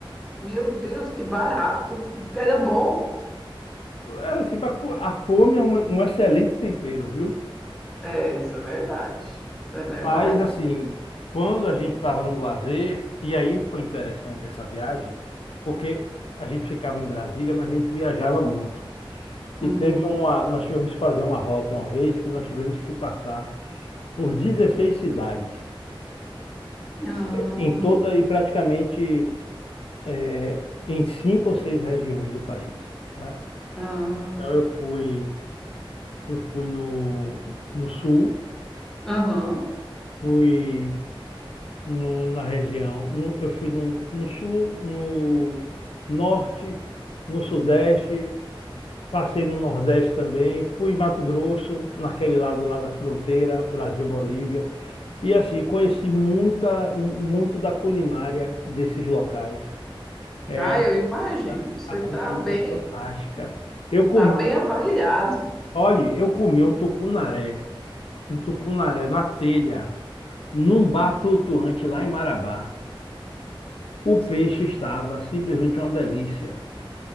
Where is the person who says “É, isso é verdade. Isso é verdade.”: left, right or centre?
Centre